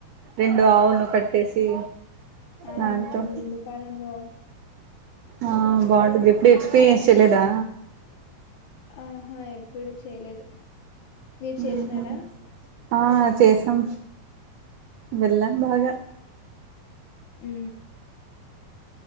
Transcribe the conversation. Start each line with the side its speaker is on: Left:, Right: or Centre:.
Right: రెండు ఆవులను కట్టేసి
Left: అవును
Right: దాంతో
Left: ముందు కాలంలో
Right: ఆ బాగుంటది ఎప్పుడ ఎక్స్పీరియన్స్ చేయలేదా
Left: ఆహా ఎప్పుడు చెలేదు మీరు చేసినారా
Right: ఉహు ఆ చేసాం వెళ్ళాం బాగా
Left: ఉ